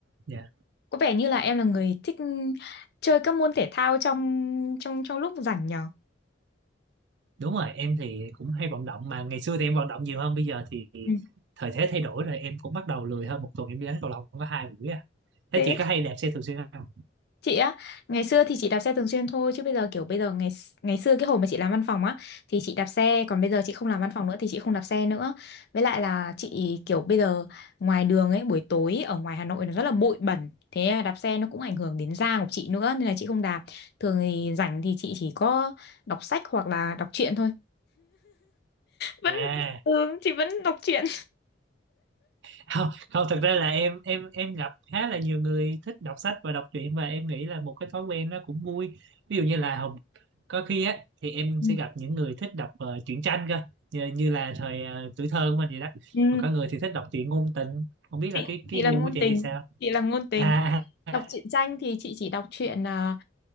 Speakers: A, on the right; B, on the left.
A: dạ
B: có vẻ như là em là người thích chơi các môn thể thao trong trong trong lúc rảnh nhở?
A: đúng rồi em thì cũng hay vận động mà ngày xưa thì em vận động nhiều hơn bây giờ thì
B: Ừ.
A: thời thế thay đổi rồi em cũng bắt đầu lười hơn một tuần em đi đánh cầu lông có hai buổi à thế
B: Thế
A: chị có hay đạp xe thường xuyên không
B: chị á ngày xưa thì chị đạp xe thường xuyên thôi chứ bây giờ kiểu bây giờ ngày ngày xưa cái hồi mà chị làm văn phòng á thì chị đạp xe còn bây giờ chị không làm văn phòng nữa thì chị không đạp xe nữa với lại là chị kiểu bây giờ ngoài đường ấy buổi tối ở ngoài Hà Nội nó rất là bụi bẩn thế đạp xe nó cũng ảnh hưởng đến da của chị nữa nên là chị không đạp thường thì rảnh thì chị chỉ có đọc sách hoặc là đọc truyện thôi vẫn
A: à
B: ừ, chị vẫn đọc truyện
A: <laughs> không không thực ra là em em em gặp khá là nhiều người thích đọc sách và đọc truyện và em nghĩ là một cái thói quen nó cũng vui ví dụ như là hồi- có khi á thì em
B: Ừ.
A: sẽ gặp những người thích đọc ờ, truyện tranh cơ như, như là thời ờ, tuổi thơ của mình vậy đó
B: ừ,
A: còn có người thì thích đọc truyện ngôn tình không biết là
B: chị
A: cái cái
B: chị là
A: gu
B: ngôn
A: của chị
B: tình
A: thì sao
B: chị là ngôn tình
A: à, <laughs>
B: đọc truyện tranh thì chị chỉ đọc truyện à,